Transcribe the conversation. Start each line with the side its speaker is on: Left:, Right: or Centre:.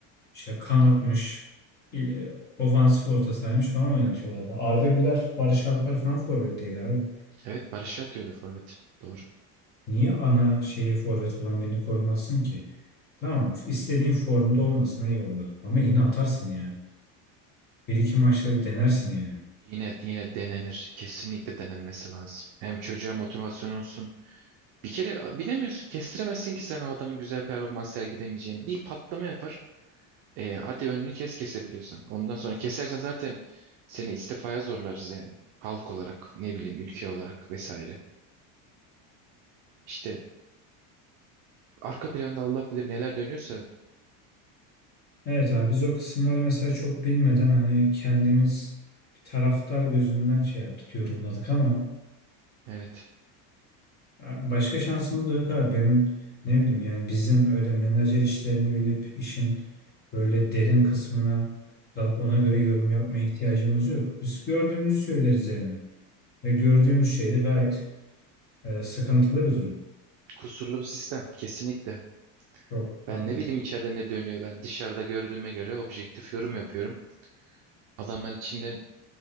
Left: İşte kanatmış, il- e, ofansif orta sahaymış falan oynatıyorlardı. Arda Güler, Barış Alper falan forvetteydi abi.
Right: Evet Barış'ı atıyordu forvet. Doğru.
Left: Niye ana şeyi forvet olan birini koymazsın ki? Tamam, istediğin formda olmasın eyvallah. Ama yine atarsın yani. Bir iki maçta bir denersin yani.
Right: Yine yine denenir. Kesinlikle denenmesi lazım. Hem çocuğa motivasyon olsun. Bir kere bilemiyorsun, kestiremezsin ki sen o adamın güzel performans sergilemeyeceğini. Bir patlama yapar. E, hadi önünü kes kesebiliyorsan. Ondan sonra kesersen zaten seni istifaya zorlarız yani. Halk olarak, ne bileyim ülke olarak vesaire. İşte arka planda Allah bilir neler dönüyorsa
Left: Evet abi biz o kısımları mesela çok bilmeden hani kendimiz bir taraftar gözünden şey yaptık yorumladık ama
Right: evet
Left: başka şansımız da yok abi benim ne bileyim yani bizim öyle menajer işlerini bilip işin böyle derin kısmına dalıp ona göre yorum yapmaya ihtiyacımız yok. Biz gördüğümüzü söyleriz yani ve gördüğümüz şey de gayet e, sıkıntılı bir durum.
Right: kusurlu bir sistem kesinlikle.
Left: Çok harbiden.
Right: Ben ne bileyim içeride ne dönüyor ben dışarıda gördüğüme göre objektif yorum yapıyorum. Adamlar içinde